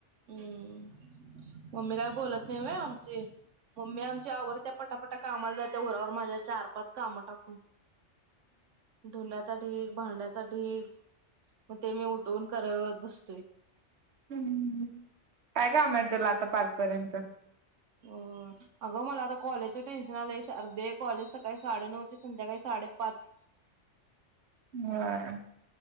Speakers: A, on the right; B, on the right.
A: अं मम्मी काय बोलत नाय होय आमची? मम्मी आम आवरत्या पटापटा कामाला जा त्या, उरावर माझ्या चार पाच कामं टाकून. धुण्याचा ढीग, भांड्याचा ढीग, मग ते मी उठवून करत बसतोय.
B: हाम्म. काम हाय तुला आता पाचपर्यंत.
A: हो अगं मला आता कॉलेजच टेन्शन आलंय शारदे, कॉलेज सकाळी साडेनऊ ते संध्याकाळी साडेपाच.
B: होय.